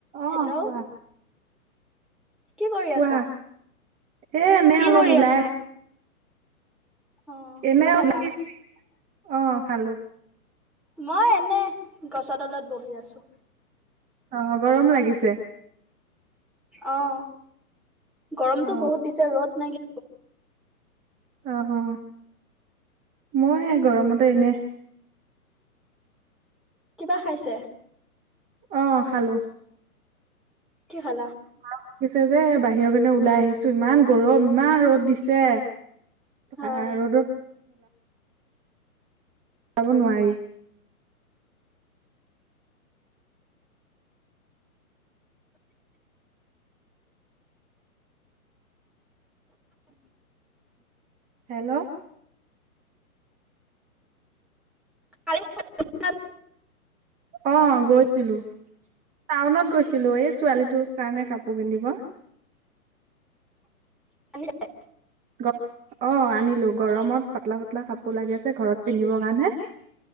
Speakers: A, on the right; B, in the centre.
A: অ',
B: Hello
A: কোৱা।
B: কি কৰি
A: কোৱা,
B: আছা?
A: এ, এনেই
B: কি
A: অলপ
B: কৰি
A: ওলাই
B: আছা? অ'
A: এনে,
B: কিবা
A: <unintelligible>
B: খালা?
A: অ', খালো।
B: মই এনে, গছৰ তলত বহি আছো।
A: অ', গৰম লাগিছে?
B: অ', গৰমতটো
A: অ
B: বহুত দিছে ৰ'দ নাইক
A: অ', অ', মইও সেই গৰমতে এনে
B: কিবা খাইছে?
A: অ', খালো।
B: কি খালা?
A: <unintelligible> লাগিছে যে বাহিৰৰ মনে ওলাই আহিছো ইমান গৰম ইমান ৰ'দ দিছে।
B: হয়।
A: বা ৰ'দত ওলাব নোৱাৰি। হেল্ল'?
B: <unintelligible>
A: অ', গৈছিলো টাউনত গৈছিলো এই ছোৱালীটোৰ কাৰণে কাপোৰ কিনিব।
B: <unintelligible>
A: অ', আনিলো গৰমত পাতলা পাতলা কাপোৰ লাগিছে ঘৰত পিন্ধিবৰ কাৰণে।